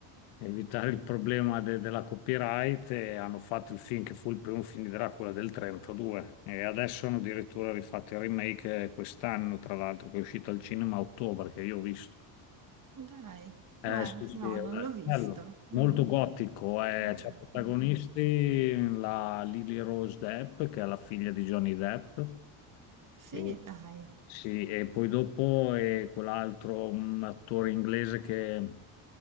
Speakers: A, on the left; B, on the right.
A: evitare il problema de- della copyright e hanno fatto il film che fu il primo film di Dracula del 32 e adesso hanno addirittura rifatto il remake eh, quest'anno, tra l'altro, che è uscito al cinema a ottobre, che io ho visto.
B: Dai,
A: Eh,
B: eh,
A: sì, sì,
B: no,
A: è
B: non l'ho visto.
A: bello, molto
B: Mm,
A: gotico. Eh,
B: ah,
A: c'ha protagonisti
B: bene.
A: la Lily Rose Depp, che è la figlia di Johnny Depp,
B: Sì,
A: e,
B: dai,
A: sì, e poi dopo è quell'altro un attore inglese che